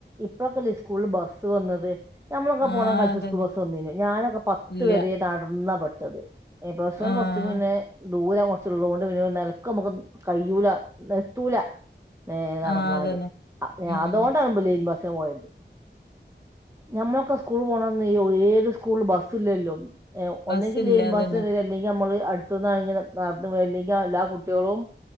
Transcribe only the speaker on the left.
ആഹ്
അതന്നെ.
ഇല്ല.
ആഹ്
ആഹ് അതന്നെ. ഉം
ബസ്സില്ല
അതന്നെ.